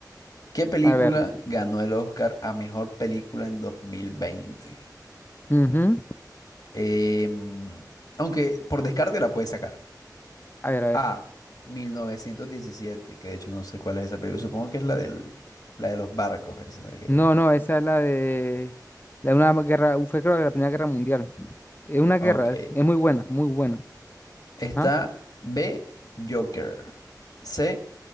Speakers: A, on the left; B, on the left.
A: ¿Qué película
B: A ver,
A: ganó el Oscar a mejor película en 2020?
B: ujú,
A: Em, aunque por descarte la puedes sacar.
B: A ver, a ver.
A: A. mil novecientos diecisiete, que de hecho no sé cuál es esa película. Supongo que es la del, la de los barcos. Esa que...
B: No, no, esa es la de, la de una guerra, fue creo que la Primera Guerra Mundial. Es una guerra,
A: Ok.
B: es, es muy buena, muy buena.
A: Está
B: ¿Ah?
A: B. Joker. C.